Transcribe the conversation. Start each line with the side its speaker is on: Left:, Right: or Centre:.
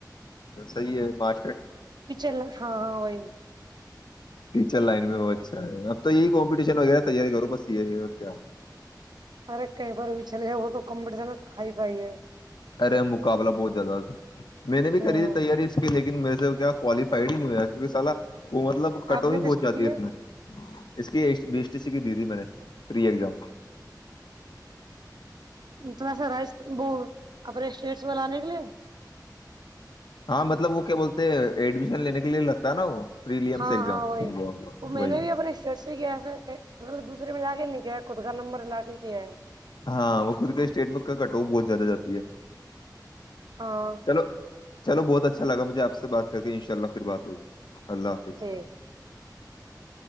Left: ہےا
Right: کچن ہاں ہاں وہی
Left: ٹیچر لائن میں وہ اچھا ہے اب تو یہی کمپٹیشن وغیرہ تیاری کرو بس یہ ہے اور کیا
Right: ارے کئی پر وچھل ہے وہ تو کمپٹیشن کائی پائی ہے
Left: ارے مقابلہ بہت زیادہ میں نے بھی
Right: ہوں
Left: کری تھی تیاری اس کے لیے میں سے کیا کوالیفائڈ ہی نہیں ہوا کیک سالا وہ مطلب کٹوتیی
Right: آپ نے
Left: پہنچ
Right: کس کی
Left: جاتی
Right: کی
Left: ہے اس میں اس کی کی دی تھی میں نے پری ایگزام
Right: توا سا رائس اب لانے کے لیے
Left: ہاں مطلب وہ کیا بولتے ہیں ایڈمیشن لینے کے لیے لگتا ہے نا وہ پریلیمس
Right: ہاں
Left: ایگزام
Right: ہاں وہی وہ
Left: وہی
Right: میں نے بھی اپنے شر سے کی ایس مطلب دوسرے پہ جا کے نہیں گیا خود کا نمبر لا کے ہے
Left: ہاں وہ خود کے اسٹیٹ میں کٹو بہت زیادہ جاتی ہے
Right: ہاں
Left: چلو چلو بہت اچھا لاجھے آپ سے بات کر کے ان شاء اللہ پھر بات ہوگی اللہ حافظ
Right: ٹھیک